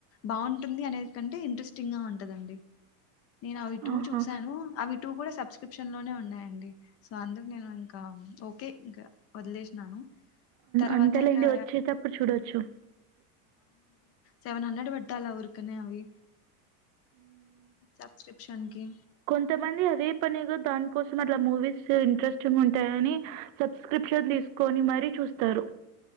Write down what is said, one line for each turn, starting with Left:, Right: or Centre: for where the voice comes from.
Left: బాగుంటుంది అనే కంటే ఇంట్రెస్టింగ్ గా ఉంటదండి నేను అ విటు
Right: ఆహా!
Left: చూశాను అవి టూ కూడా సబ్స్క్రిప్షన్ లోనే ఉన్నాయండి సో అందుకు నేను ఇంకా ఓకే ఇంకా వదిలేసినాను తర్వాత
Right: అంతలేడి
Left: ఇంకా
Right: వచ్చేటప్పు ప్పుడు చూడవచ్చు
Left: సెవన్ హండ్రెడ్ పెట్టాల ఊరునే అవి సబ్స్క్రిప్షన్ కి
Right: కొంతమంది అదే పనేగాో దానికి కోసం అట్లా మూవీస్ ఇంట్రెస్టింగ్ ఉంటాయ అని సబ్స్క్రిప్షన్ తీసుకొని మరీ చూస్ తరు